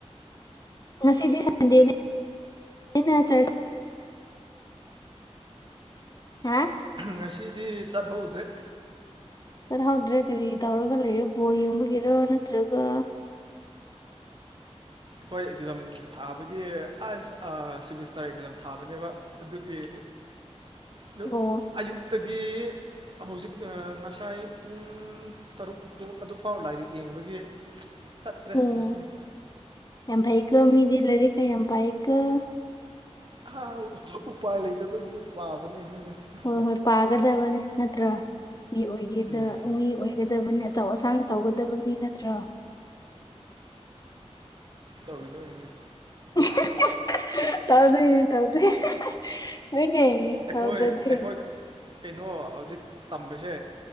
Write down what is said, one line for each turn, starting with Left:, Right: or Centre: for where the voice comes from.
Left: ꯉꯁꯤꯗꯤ ꯁꯟꯗꯦꯅꯦ ꯅꯤꯅ ꯆꯔꯖ ꯍꯥ
Right: ꯉꯁꯤꯗꯤ ꯆꯠꯍꯧꯗ꯭ꯔꯦ ꯫
Left: ꯆꯠꯍꯧꯗ꯭ꯔꯦ ꯀꯔꯤ ꯇꯧꯔꯒ ꯂꯩꯔꯦ ꯕꯣꯜ ꯌꯦꯡꯕꯒꯤꯔꯣ ꯅꯠꯇ꯭ꯔꯒ
Right: ꯈ‌ꯣꯏ ꯑꯦꯛꯖꯥꯝ ꯊꯥꯕꯒꯤ ꯑꯁ ꯑꯥ ꯁꯤꯃꯤꯁꯇꯔ ꯑꯦꯛꯖꯥꯝ ꯊꯥꯕꯅꯦꯕ ꯫ ꯑꯗꯨꯒꯤ ꯌꯨꯛ
Left: ꯑꯣ
Right: ꯑꯌꯨꯛꯇꯒꯤ ꯍꯧꯖꯤꯛ ꯑꯥ ꯉꯁꯥꯏ ꯄꯨꯡ ꯇꯔꯨꯛꯇꯣ ꯑꯗꯨꯐꯥꯎ ꯂꯥꯏꯔꯤꯛ ꯌꯦꯡꯕꯒꯤ ꯆꯠꯇ꯭ꯔꯦ
Left: ꯑꯣ
Right: ꯉꯁꯤꯗꯤ ꯫
Left: ꯌꯥꯝ ꯐꯩꯀꯣ ꯃꯤꯗꯤ ꯂꯩꯔꯤꯛꯀ ꯌꯥꯝ ꯄꯥꯏꯌꯦꯀꯣ ꯫
Right: ꯍꯥ ꯍꯥ ꯎꯞ ꯎꯄꯥꯏ ꯂꯩꯇꯕꯒꯤ ꯄꯥꯕꯅꯦ ꯑꯩꯈꯣꯏꯁꯨ ꯫
Left: ꯍꯣꯏ ꯍꯣꯏ ꯄꯥꯒꯗꯕꯅꯤ ꯅꯠꯇ꯭ꯔꯥ? ꯃꯤ ꯑꯣꯏꯒꯦꯗ
Right: ꯎꯝ
Left: ꯃꯤ ꯑꯣꯏꯒꯗꯕꯅꯤ ꯑꯆꯧ ꯑꯁꯥꯡ ꯇꯧꯒꯗꯕ ꯃꯤ ꯅꯠꯇ꯭ꯔꯣ?
Right: ꯇꯧꯗꯣꯏꯅꯦ
Left: <unintelligible> ꯇꯧꯗꯣꯏꯅꯦ ꯇꯧꯗꯣꯏꯅꯦ ꯅ‌ꯣꯏꯅꯦ
Right: ꯑꯩꯈꯣꯏ
Left: ꯇꯧꯗ꯭ꯔꯗꯤ
Right: ꯑꯩꯈꯣꯏ ꯀꯩꯅꯣ ꯍꯧꯖꯤꯛ ꯇꯝꯕꯁꯦ